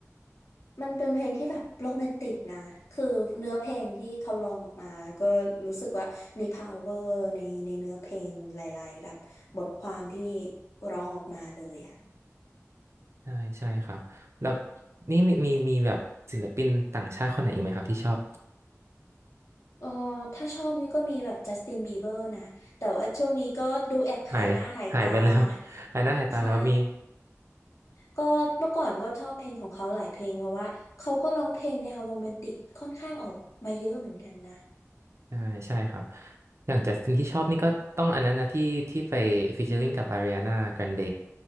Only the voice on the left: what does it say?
มันเป็นเพลงที่แบบโรแมนติกนะ คือเนื้อเพลงที่เขาร้องออกมาก็รู้สึกว่ามี power ในในเนื้อเพลงหลายๆแบบบทความที่ร้องออกมาเลยอ่ะ
เออถ้าชอบนี่ก็มีแบบจัสตินบีเบอร์นะแต่ว่าช่วงนี้ก็ดูแอบหายหน้าหายตา
<laughs>
ใช่ก็เมื่อก่อนก็ชอบเพลงของเขาหลายเพลงเพราะว่าเขาก็ร้องเพลงแนวโรแมนติกค่อนข้างออกมาเยอะเหมือนกันนะ